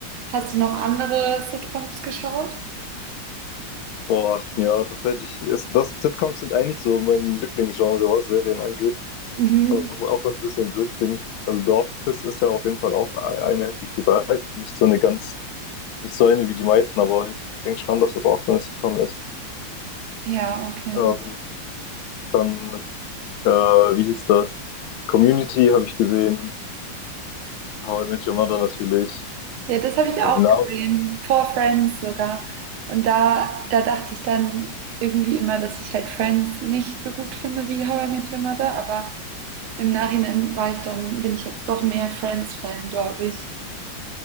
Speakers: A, on the right; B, on the left.
A: Hast du noch andere Sitcoms geschaut?
B: Boah, ja, tatsächlich ist das, Sitcoms sind eigentlich so mein Lieblingsgenre, was Serien angeht,
A: Mhm.
B: auch, auch wenn es ein bisschen blöd klingt. Also The Office ist ja auf jeden Fall auch e-, eine, hätte ich gesagt, nicht so eine ganz, nicht so eine wie die meisten, aber ich denke schon, dass das auch so eine Sitcom ist.
A: Ja, okay.
B: Ähm, dann Äh, wie hieß das? Community habe ich gesehen. How I Met Your Mother natürlich.
A: Ja, das habe ich
B: Aber
A: auch
B: die Namen,
A: gesehen, vor Friends sogar. Und da, da dachte ich dann irgendwie immer, dass ich halt Friends nicht so gut finde wie How I Met Your Mother, aber im Nachhinein war ich dann, bin ich jetzt doch mehr Friends-Fan, glaube ich.